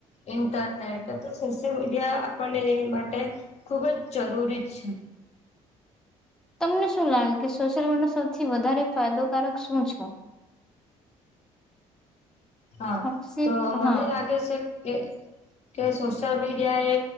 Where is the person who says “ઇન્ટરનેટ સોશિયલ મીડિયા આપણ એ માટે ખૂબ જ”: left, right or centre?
Left